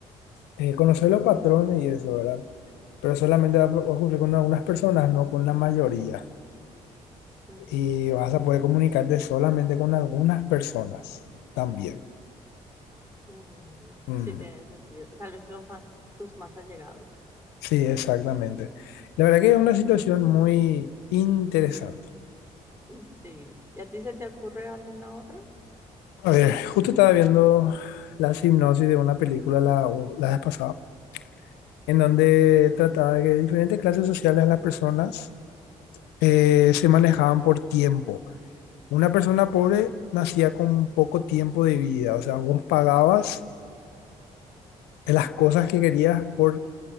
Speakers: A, on the left (about 80°); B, on the right (about 15°).
A: eh, conocer los patrones y eso, ¿verdad? Pero solamente va a ocurrir con algunas personas, no con la mayoría.
B: Mm,
A: Y vas a poder comunicarte solamente con algunas personas también.
B: Mm,
A: Mm.
B: sí, tiene sentido. Tal vez los más, tus más allegados.
A: Sí, exactamente. La verdad que es una situación muy interesante.
B: Mm, Sí. ¿Y a ti se te ocurre alguna otra?
A: A ver, justo estaba viendo la hipnosis de una película la, la vez pasada, en donde trataba de que diferentes clases sociales de las personas eh, se manejaban por tiempo. Una persona pobre nacía con poco tiempo de vida, o sea, vos pagabas las cosas que querías por